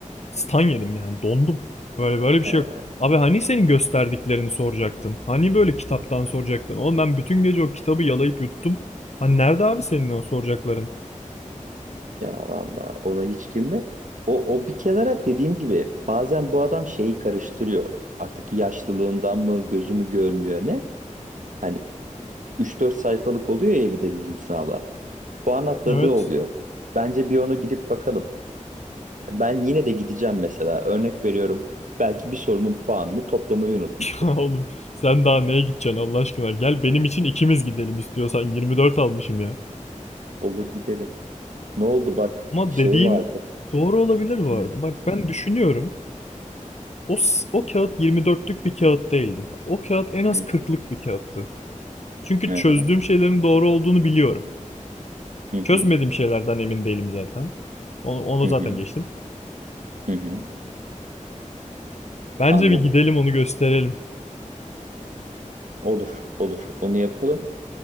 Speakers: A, on the left; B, on the right.
A: stan yedim yani dondum. Böyle böyle bir
B: e,
A: şey yok. Abi hani senin gösterdiklerini soracaktın? Hani böyle kitaptan soracaktın? Oğlum ben bütün gece o kitabı yalayıp yuttum. Hani nerede abi senin o soracakların?
B: ya valla ona hiç girme. O, o bir kenara dediğim gibi bazen bu adam şeyi karıştırıyor. Artık yaşlılığından mı gözümü görmüyor ne? Hani üç dört sayfalık oluyor ya bir de bizim sınavlar. puan atladığı
A: Evet.
B: oluyor.
A: <laughs>
B: Bence bir onu gidip bakalım. Ben yine de gideceğim mesela. Örnek veriyorum. Belki bir sorunun puanını toplamayı unutmuştur.
A: Ya oğlum sen daha neye gideceksin Allah aşkına? Gel benim için ikimiz gidelim istiyorsan 24 almışım ya.
B: Olur gidelim. Ne oldu bak
A: Ama
B: şey
A: dediğin
B: vardı.
A: doğru olabilir bu
B: Hı
A: arada. Bak ben düşünüyorum. O, s- o kağıt 24'lük bir kağıt değildi. O kağıt en az
B: hı
A: 40'lık bir kağıttı. Çünkü
B: hı
A: çözdüğüm
B: hı
A: şeylerin doğru olduğunu biliyorum.
B: hı hı
A: Çözmediğim şeylerden emin değilim zaten. Onu, onu
B: hı
A: zaten
B: hı.
A: geçtim.
B: hı hı.
A: Bence
B: Anladım.
A: bir gidelim onu gösterelim.
B: Olur olur. Onu yapalım.